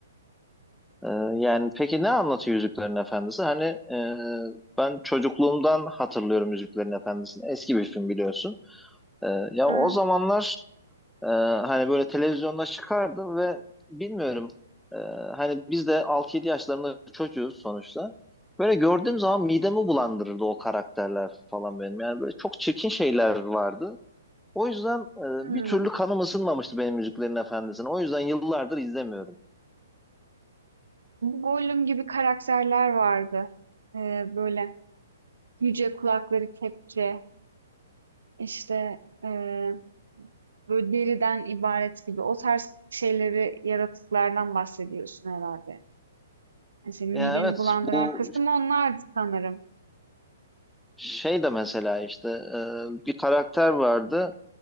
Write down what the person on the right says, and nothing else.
Ha,
hmm.
Gollum gibi karakterler vardı. Ee, böyle yüce kulakları kepçe, işte ee, böyle deriden ibaret gibi o tarz şeyleri yaratıklardan bahsediyorsun herhalde. Yani senin
mideni
bulandıran
kısım onlardı sanırım.